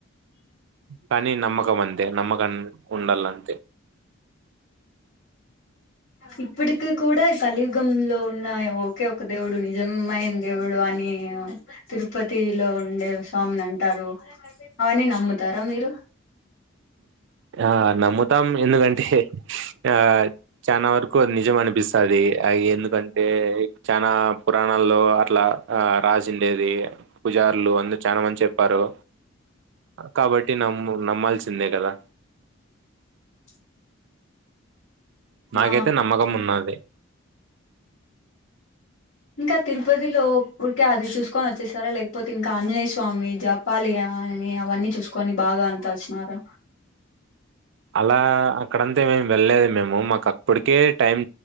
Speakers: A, on the right; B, on the left.
A: కానీ నమ్మకం అంతే నమ్మకం ఉండాలం
B: ఇప్పటికి కూడా కలియుగంలో ఉన్న ఒక ఒక దేవుడు నిజమైన దేవుడు అని తిరుపతిలో ఉండే స్వామిని అంటారు అవన్నీ నమ్ముతారా మీరు
A: ఆ నమ్ముతాం ఎందుకంటే ఆ చనా వరకు అది నిజం అనిపిస్తాది అ ఎందుకంటే చనా పురాణాల్లో అట్లా రాసి ఉండేది పుజారులు అందరు చానా మంది చెప్పారు కాబట్టి నమ్ము నమ్మాల్సి తే కదా
B: స
A: నాకైతే
B: ఆ
A: నమ్మకం ఉన్నాది
B: ఇంకా తిరుపతిలో ఊరికే అది చూసుకొని వచ్చేస్తారా లేకపోతే ఇంకా ఆంజనేయ స్వామి జపాలి <unintelligible> అని అవన్నీ చూసుకొని బాగా అంతా వచ్చినారా
A: అలా అక్కడంతే మేము వెళ్లేది మేము మో మాకుప్పుటికే టైమ్